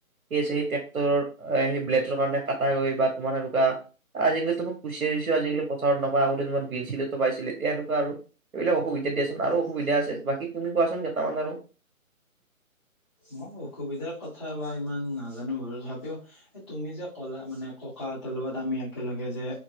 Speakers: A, on the right; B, on the left.
A: সেই আছেই ট্ৰেক্টৰৰ সেই ব্লেডৰ কাৰণে কাটা গৈ বা তোমাৰ সেনেকুৱা আজিকালি তোমাৰ কুচিয়া-সুচিয়াও আজিকালি পথাৰত নাপাই আগতে তোমাৰ বিল-ছিলটো পাইছিল এতিয়া এনেকুৱা আৰু এইবিলাক অসুবিধা দিয়াচোন আৰু অসুবিধা আছে। বাকী তুমি কোৱাচোন কেইটামান আৰু।
B: মই অসুবিধাৰ কথা বা ইমান নাজানো বাৰু তথাপিও এ তুমি যে কলা মানে ককাহঁতৰ লগত আমি একেলগে যে